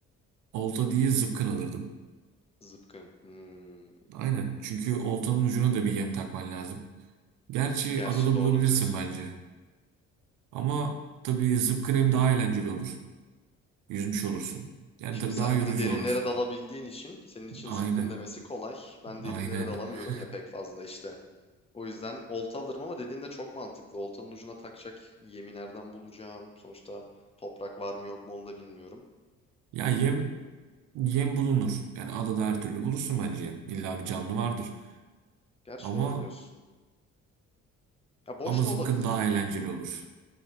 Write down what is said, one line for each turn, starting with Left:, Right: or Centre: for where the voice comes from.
Right: olta diye zıpkın alırdım.
Left: Zıpkın. Hmm.
Right: Aynen çünkü oltanın ucuna da bir yem takman lazım. Gerçi
Left: Gerçi
Right: adada
Left: doğru
Right: bulabilirsin
Left: diyorsun.
Right: bence. Ama tabii zıpkın hem daha eğlenceli olur. Yüzmüş olursun. Yani
Left: Şimdi
Right: tabii
Left: sen
Right: daha yorucu
Left: bir de derinlere
Right: olur.
Left: dalabildiğin için senin için
Right: Aynen.
Left: zıpkın demesi kolay. Ben
Right: Aynen.
Left: derinlere dalamıyorum
Right: <laughs>
Left: ya pek fazla işte. O yüzden olta alırım ama dediğin de çok mantıklı. Oltanın ucuna takacak yemi nereden bulacağım? Sonuçta toprak var mı yok mu onu da bilmiyorum.
Right: Ya yem
Left: Hmm.
Right: yem bulunur. Yani adada her türlü bulursun bence yem. İlla bir canlı vardır.
Left: Gerçi
Right: Ama
Left: doğru diyorsun. Ya boş
Right: ama zıpkın
Left: da olabilir.
Right: daha eğlenceli olur.